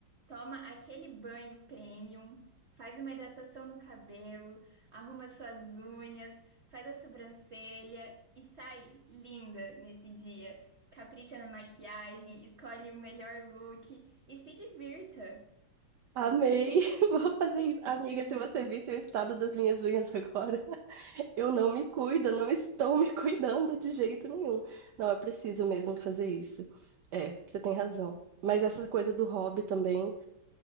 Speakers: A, on the right (about 50°); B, on the right (about 70°).
A: Toma aquele banho premium, faz uma hidratação no cabelo, arruma suas unhas, faz a sobrancelha e sai linda nesse dia. Capricha na maquiagem, escolhe o melhor look e se divirta.
B: Amei, <laughs> vou fazer isso. Amiga, se você visse o estado das minhas unhas agora. Eu não me cuido, não estou me <laughs> cuidando de jeito nenhum. Não, é preciso mesmo fazer isso. É, você tem razão. Mas essa coisa do hobby também,